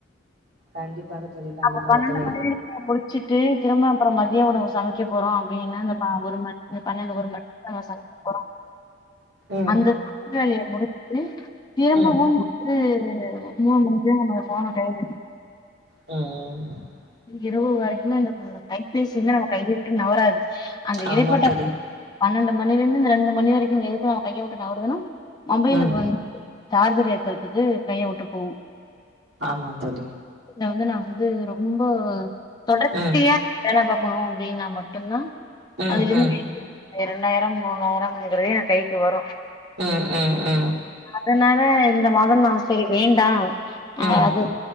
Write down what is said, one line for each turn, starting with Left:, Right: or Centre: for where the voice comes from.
Right: கண்டிப்பாக தோழி கண்டிப்பாக
Left: அப்ப பன்னெண்டு
Right: தோழி.
Left: மணி <unintelligible> முடிச்சுட்டு திரும்ப அப்புறம் மதியம் உணவு சமைக்க போறோம் அப்படின்னா ப ஒரு மணி பன்னெண்டு ஒரு மணிக்கு நம்ம சமைக்க போறோம்
Right: ம்
Left: அந்த சமயல் வேலையை முடிச்சுட்டு திரும்பவும்
Right: ம்
Left: ஒரு மூணு மணிக்கு நம போன கையயில எடுத்துடு
Right: உஹ உ.
Left: இரவு வரைக்கும் இந்த கைப்பேசி வந்து நம்ம கைய விட்டு நவராது. அந்த இடைப்பட்ட.
Right: ஆமா தோழி.
Left: பன்னெண்டு மணில இருந்து இந்த ரெண்டு மணி வரைக்கும் எதுக்கு நம்ம கைய விட்டு நவரதுனா. மொபைலுக்கு
Right: ம்.
Left: வந்து. சார்ஜர் ஏத்துறதுக்கு கைய வுட்டு போகு.
Right: ஆமா தோழி.
Left: இதுல வந்து நா. அது ரொம்ப தொடர்ச்சியா
Right: ம்
Left: வேலபாப். போ அப்டினா மட்டுந்தா.
Right: ம்
Left: அதுலயிருந்.
Right: ம்
Left: இரண்டாயிரம் மூணாயிரம்ங்குறது என் கைக்கு வரும்.
Right: உம் உஹ உஹ.
Left: அதனால இந்த மாதம் நான் செரி வேண்டாம். ஆஹ
Right: ம்
Left: அது.